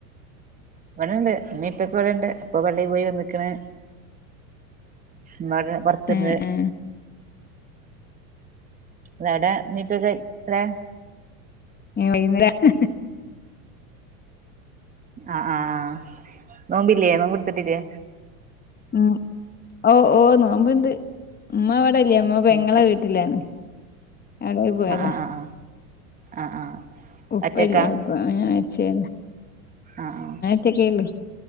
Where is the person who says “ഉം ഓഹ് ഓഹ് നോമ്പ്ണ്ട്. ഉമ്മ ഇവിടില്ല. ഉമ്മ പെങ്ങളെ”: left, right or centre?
Left